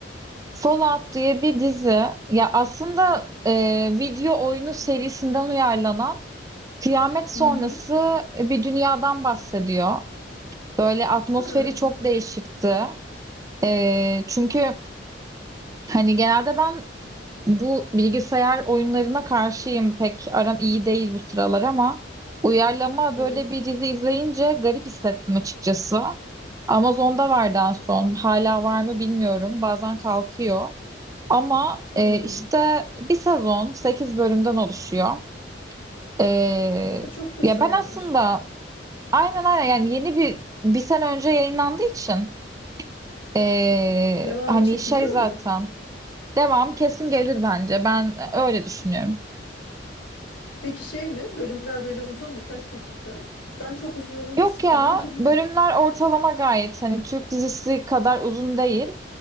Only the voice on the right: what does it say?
Fallout diye bir dizi. Ya aslında e, video oyunu
serisinden uyarlanan Kıyamet sonrası
e, bir dünyadan bahsediyor. Böyle atmosferi
çok değişikti. Ee, çünkü hani genelde ben bu bilgisayar oyunlarına karşıyım. Pek aram iyi değil bu sıralar ama uyarlama
böyle bir dizi izleyince garip hissettim açıkçası. Amazon'da vardı en son. Hala var mı bilmiyorum. Bazen kalkıyor. Ama
e, işte bir sezon 8 bölümden oluşuyor. Ee,
ya ben aslında Aynen aynen yani yeni bir bir sene önce yayınlandığı için eee,
hani
şey zaten
devam kesin gelir bence ben öyle düşünüyorum.
Yok
ya bölümler
ortalama gayet hani Türk dizisi kadar uzun değil